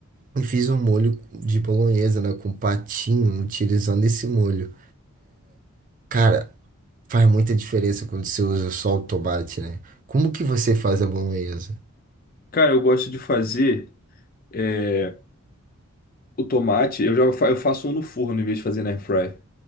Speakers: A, on the right; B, on the left.
A: E fiz um molho de bolonhesa, né? Com patinho, utilizando esse molho. Cara, faz muita diferença quando você usa só o tomate, né? Como que você faz a bolonhesa?
B: Cara, eu gosto de fazer é, o tomate. Eu já fa- eu faço um no forno em vez de fazer na airfryer.